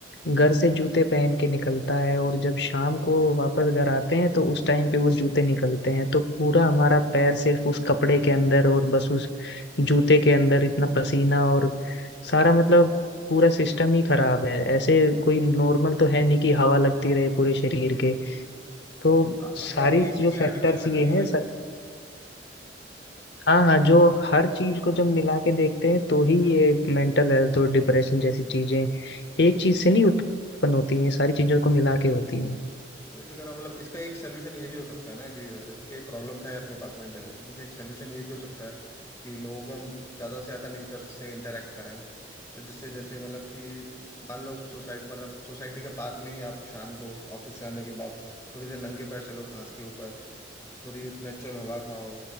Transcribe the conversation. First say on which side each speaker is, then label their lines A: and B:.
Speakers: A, on the left; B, on the left.
A: घर से जूते पहन के निकलता है और जब
B: हम्म
A: शाम को वापस घर आते हैं तो उस टाइम पे वो जूते निकलते हैं तो पूरा हमारा पैर सिर्फ उस कपड़े के अंदर और बस उस जूते के अंदर इतना पसीना और सारा मतलब पूरा सिस्टम ही खराब है ऐसे कोई नॉर्मल तो है नहीं कि हवा लगती रहे पूरे शरीर
B: हम्म
A: के तो
B: ह- हवा
A: सारी
B: भी एसी
A: जो
B: की
A: फैक्टर्स
B: आर्टिफिशियल लग
A: ये
B: रही है भाई
A: हैं स- हाँ हाँ जो हर चीज को जब मिला के देखते हैं तो ही ये मेंटल हेल्थ और डिप्रेशन जैसी चीजें एक चीज से नहीं उत्पन्न होती हैं ये सारी चीजों को मिला के होती हैं
B: वही तो कह रहा हूँ मतलब इसका एक सोल्यूशन ये भी हो सकता है ना कि मतलब ठीक है ये प्रॉब्लम था ये अपने पास मेंटल हेल्थ की लेकिन एक सोल्यूशन ये भी हो सकता है कि लोगों को हम ज्यादा से ज्यादा नेचर से इंटरेक्ट कराएं तो जिससे जैसे मतलब कि मान लो सोसाइटी मतलब सोसाइटी के पार्क में ही आप शाम को ऑफिस से आने के बाद थोड़ी देर नंगे पैर चलो घास के ऊपर थोड़ी नेचुरल हवा खाओ